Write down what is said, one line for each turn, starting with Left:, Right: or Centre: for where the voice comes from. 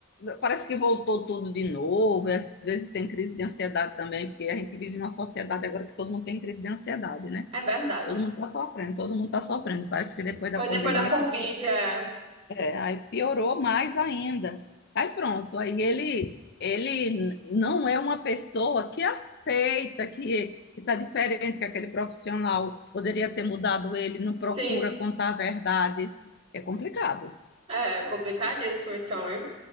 Left: Parece que voltou tudo de novo. e às vezes tem crise de ansiedade também, porque a gente vive numa sociedade agora que todo mundo tem crise de ansiedade, né?
Right: É verdade.
Left: Todo mundo está sofrendo, todo mundo está sofrendo. Parece que depois da
Right: Foi
Left: pandemia
Right: depois da Covid,
Left: foi pior.
Right: é.
Left: É, aí piorou mais ainda. Aí pronto, aí ele ele não é uma pessoa que aceita que que está diferente, que aquele profissional poderia ter mudado ele, não procura
Right: Sim.
Left: contar a verdade. É complicado.
Right: É complicadíssimo, então, hein?